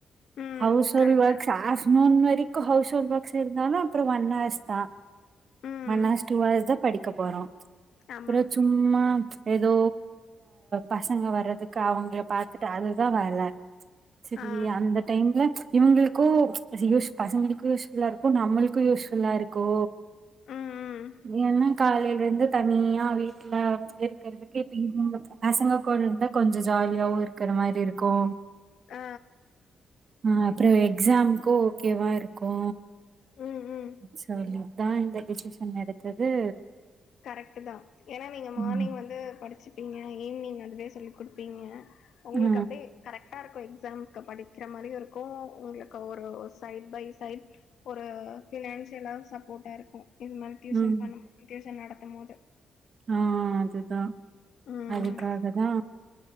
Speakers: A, on the left; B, on the right.
A: ம்
B: ஹவுஸ் ஹோல்
A: கரெக்ட்டா
B: ஒர்க்ஸ் ஆஃப்டர்நூன் வரைக்கு ஹவுஸ் ஹோல் ஒர்க்ஸ் இருந்தாலு அப்ற ஒன்ஹார்ஸ் தா
A: ம்
B: ஒன் ஹார்ஸ் டூ ஹார்ஸ்தா படிக்க போறோ
A: ஆமா
B: அப்ற சும் ம்மா ஏதோ பசங்க க வரதுக்கு அவங்கள பாத்துட்டு அதுதா வேல செரி
A: ஆ
B: அந்த டைம்ல இவங்களுக்கு யூஸ் பசங்களுக்கு யூஸ் ஃபுல்லா இருக்கு நம்மளுக்கு யூஸ் ஃபுல்லா இருக்கு
A: ம்
B: ஏன்னா காலையில இருந்து தனியா வீட்ல வந்து இருக்கிறதுக்கு இப்ப இவுங்க பசங்க கோட இருந்தா கொஞ்ச ஜாலியாவு இருக்கற மாரி இருக்கு
A: ஆ
B: ஆ அப்ற எக்ஸாம்க்கு ஓகேவா இருக்கு
A: ம் ம்
B: சொல்லிதா இந்த டிசிஷன் எடுத்தது
A: கரெக்ட்டுதா ஏன்னா நீங்க மார்னிங்
B: ம்
A: வந்து படிச்சுப்பிங்க ஈவ்னிங் வந்து சொல்லி குடுப்பிங்க உங்களுக்கு
B: ஆ
A: அப்டே கரெக்ட்டா இருக்கு எக்ஸாம் க்கு படிக்ற மாரி இருக்கு உங்களுக்கு ஒரு சைட் பை சைட் ஒரு ஃபினான்சியலாவு சப்போட்டா இருக்கு இது மாரி டியூஷன்
B: ம்
A: பண்ண டியூஷன் நடத்தும் போது
B: ஆ அதுதா
A: ம்
B: அதுக்காகதா